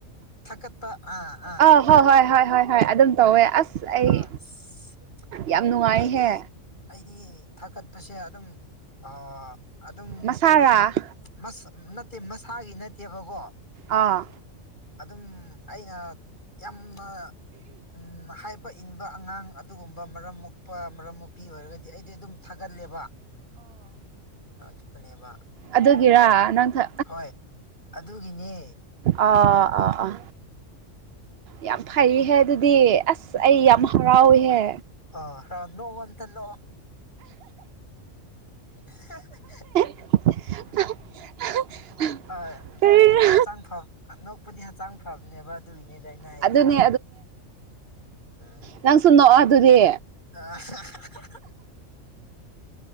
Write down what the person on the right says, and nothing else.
ꯑꯥ ꯍꯣꯏ ꯍꯣꯏ ꯍꯣꯏ ꯍꯣꯏ ꯍꯣꯏ ꯑꯗꯨꯝ ꯇꯧꯋꯦ ꯑꯁ ꯑꯁ ꯑꯩ
ꯌꯥꯝ ꯅꯨꯡꯉꯥꯏꯍꯦ
ꯃꯁꯥꯔꯥ
ꯑꯥ
ꯑꯗꯨꯒꯤꯔ ꯅꯪ ꯊꯥ
ꯑꯥ ꯑꯥ ꯑꯥ ꯌꯥꯝ ꯐꯩꯍꯦ ꯑꯗꯨꯗꯤ ꯑꯁ ꯑꯩ
ꯌꯥꯝ ꯍꯔꯥꯎꯋꯤꯍꯦ
<unintelligible>
ꯀꯔꯤꯔ
ꯑꯗꯨꯅꯦ
ꯅꯪꯁꯨꯨ ꯅꯣꯛꯑꯣ ꯑꯗꯨꯗꯤ